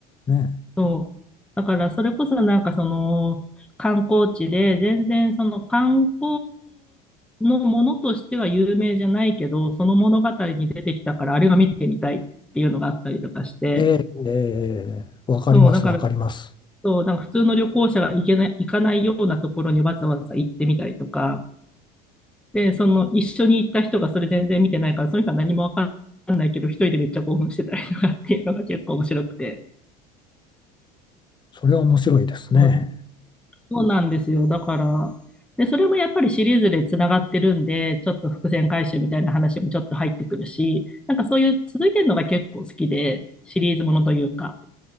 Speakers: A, on the left (about 20°); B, in the centre.
A: ね。
B: そう。だからそれこそなんかその観光地で全然その観光のものとしては有名じゃないけど、その物語に出てきたからあれが見てみたいっていうのがあったりとかして、
A: ええ、ええわかります、
B: そう、だから
A: わかります。
B: そう、なんか普通の旅行者が行けない、行かないようなところにわざわざ行ってみたりとか、で、その一緒に行った人がそれ全然見てないから、その人は何もわかんないけど、一人でめっちゃ興奮してたりとかっていうのが結構面白くて。
A: それは面白いですね。
B: そうそうなんですよ。だから、で、それもやっぱりシリーズでつながってるんで、ちょっと伏線回収みたいな話もちょっと入ってくるし、なんかそういう続いてるのが結構好きで、シリーズものというか、